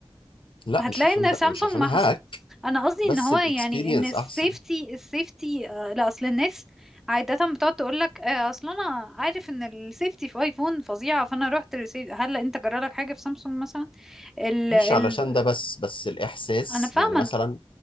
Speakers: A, on the left; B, in the centre.
A: لا
B: هتلاقي
A: مش عشان
B: ان
A: ده
B: سامسونج
A: مش عشان
B: ما
A: هاك
B: حصل انا قصدي
A: بس
B: ان هو
A: الاكسبيرينس
B: يعني ان السيفتي
A: احسن
B: السيفتي آه لا اصل الناس عادة بتقعد تقول لك آه اصل انا عارف ان السيفتي في ايفون فظيعة فانا رحت للسيفتي هل انت جرالك حاجة في سامسونج مثلا ال
A: مش
B: ال
A: علشان ده بس بس الإحساس
B: انا فاهمة
A: يعني مثلا